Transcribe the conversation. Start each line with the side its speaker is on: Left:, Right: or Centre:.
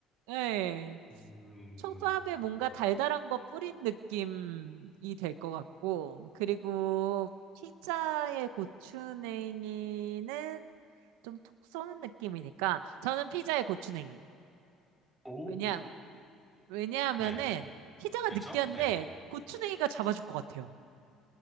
Right: 예.
Centre: 음...
Right: 초밥에 뭔가 달달한 거 뿌린 느낌이 될 것 같고, 그리고 피자의 고추냉이는 좀 톡 쏘는 느낌이니까, 저는 피자의 고추냉이.
Centre: 오.
Right: 왜냐, 왜냐하면은,
Centre: 네.
Right: 피자가
Centre: 그렇죠?
Right: 느끼한데,
Centre: 네.
Right: 고추냉이가 잡아줄 것 같아요.